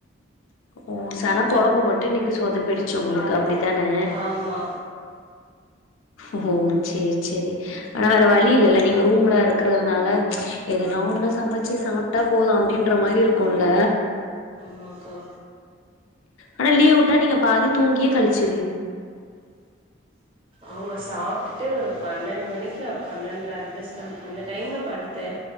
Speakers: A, on the left; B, on the right.
A: ஓ சன கொழம்பு மட்டு இன்னிக்கி சொதப்பிடுச் சு உங்குளுக்கு அப்டிதானே
B: ஆமா
A: ஓ சேர் செரி ஆனா வேற வழி இல்லல்ல நீங்க ரூம்ல இருக்றதுனால எதனா ஒன்னு சமச்சி சாப்ட்டா போது அப்டின்ற மாரி இருக்கூல்ல
B: ஆமாக்கா
A: ஆனா லீவ் வுட்டா நீங்க பாதி தூங்கியே கழ்ச்சி
B: ஆமா சாப்ட்டுட்டு ஒரு பன்னெண்டு மணிக்கு அப் பன்னெண்ட்ர அண்டர்ஸ்டான் அந்த டைம்ல படுத்தே